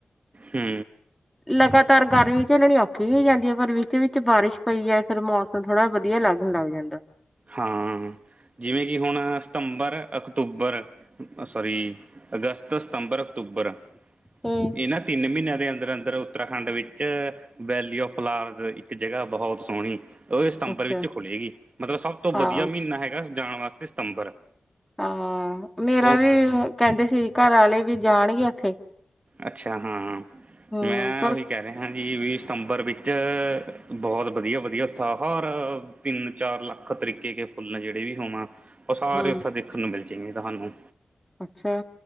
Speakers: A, on the right; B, in the centre.
A: ਹੂੰ।
B: ਲਗਾਤਾਰ ਗਰਮੀ ਝੱਲਣੀ ਔਖੀ ਹੋ ਜਾਂਦੀ ਹੈ ਪਰ ਵਿੱਚ ਵਿੱਚ ਬਾਰਿਸ਼ ਪਈ ਹੈ ਫਿਰ ਮੌਸਮ ਥੋੜਾ ਵਧੀਆ ਲੱਗਣ ਲੱਗ ਜਾਂਦਾ।
A: ਹਾਂ ਜਿਵੇਂ ਕਿ ਹੁਣ ਸਤੰਬਰ, ਅਕਤੂਬਰ ਆ ਸੋਰੀ ਅਗਸਤ, ਸਤੰਬਰ, ਅਕਤੂਬਰ
B: ਹੂੰ।
A: ਇਹ ਨਾ ਤਿੰਨ ਮਹੀਨਿਆਂ ਦੇ ਅੰਦਰ ਅੰਦਰ ਉੱਤਰਾਖੰਡ ਵਿੱਚ ਵੈਲੀ ਆਫ ਫਲਾਰ ਇੱਕ ਜਗ੍ਹਾ ਬਹੁਤ ਸੋਹਣੀ ਉਹ ਸਤੰਬਰ
B: ਅੱਛਾ
A: ਵਿੱਚ ਖੁੱਲੇਗੀ ਮਤਲਬ ਸਭ ਤੋਂ
B: ਹਾਂ।
A: ਵਧੀਆ ਮਹੀਨਾ ਹੈਗਾ ਜਾਣ ਵਾਸਤੇ ਸਤੰਬਰ
B: ਹਾਂ ਮੇਰਾ
A: ਉਹ
B: ਵੀ ਕਹਿੰਦੇ ਸੀ ਘਰ ਆਲੇ ਵੀ ਜਾਣਗੇ ਉੱਥੇ
A: ਅੱਛਾ ਹਾਂ
B: ਹੂੰ
A: ਮੈਂ
B: ਪਰ
A: ਉਹੀ ਕਹਿ ਰਿਹਾ ਜੀ ਵੀ ਸਤੰਬਰ ਵਿੱਚ ਬਹੁਤ ਵਧੀਆ ਵਧੀਆ ਉਥੇ ਹਰ ਤਿੰਨ ਚਾਰ ਲੱਖ ਤਰੀਕੇ ਕੇ ਫੁੱਲ ਜਿਹੜੇ ਵੀ ਹੋਵਾਂ ਉਹ ਸਾਰੇ
B: ਹੂੰ
A: ਉੱਥੇ ਦੇਖਣ ਨੂੰ ਮਿਲ ਜਾਣਗੇ ਤੁਹਾਨੂੰ।
B: ਅੱਛਾ।